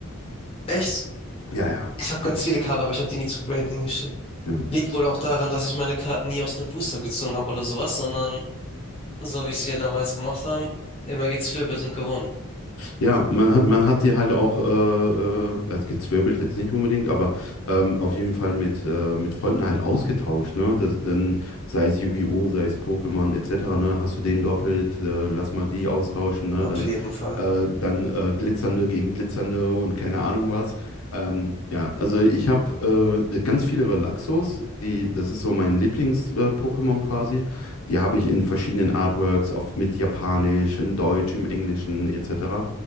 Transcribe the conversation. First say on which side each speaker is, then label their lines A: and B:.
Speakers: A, on the left (about 25°); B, on the left (about 70°).
A: Echt?
B: Ja, ja.
A: Ich habe ganz
B: Die-
A: viele Karten, aber ich habe die nie zum Graden hingeschickt.
B: Ja.
A: Liegt wohl auch daran, dass ich meine Karten nie aus einem Booster gezogen habe oder sowas, sondern so wie es wir damals gemacht haben, immer gezwirbelt und gewonnen.
B: Ja, man hat, man hat die halt auch, äh, äh, also gezwirbelt jetzt nicht unbedingt, aber ähm, auf jeden Fall mit, äh, mit Freunden halt ausgetauscht, ne? Das, dann, sei es Yu-Gi-Oh!, sei es Pokémon etc., ne? Hast du den doppelt, äh, lass mal die austauschen, ne?
A: Auf
B: Dann,
A: jeden Fall.
B: äh, dann äh, Glitzernde gegen Glitzernde und keine Ahnung was. Ähm, ja, also ich habe äh, ganz viele Relaxos, die, das ist so mein Lieblings-Pokémon quasi. Die habe ich in verschiedenen Artworks, auf, mit Japanisch, in Deutsch, im Englischen etc